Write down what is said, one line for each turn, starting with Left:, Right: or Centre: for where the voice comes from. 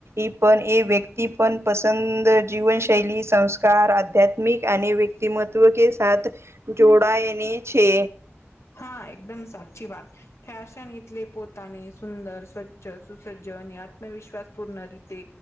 Right: એ પણ એ વ્યક્તિ પણ પસંદ જીવન શૈલી સંસ્કાર આધ્યાત્મિક અને વ્યક્તિમત્વ કે સા જોડાાયને છે,
Left: હા, એકદમ સાચી વાત ફેશન એટલે પોતાને સુંદર સ્વચ્છ સુસજ્જ અને આત્મવિશ્વાસ પૂર્ણ રીતે,